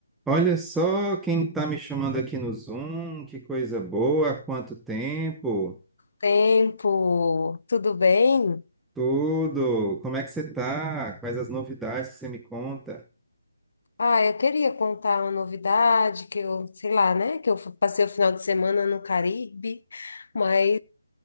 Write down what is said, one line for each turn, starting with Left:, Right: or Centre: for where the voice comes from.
Centre: Olha só quem está me chamando aqui no Zoom, que coisa boa, há quanto tempo,
Left: Tempo, tudo bem?
Centre: tudo, como é que você está? Quais as novidades que você me conta?
Left: Ah, eu queria contar uma novidade que eu, sei lá, né, que eu passei o final de semana no Caribe, mas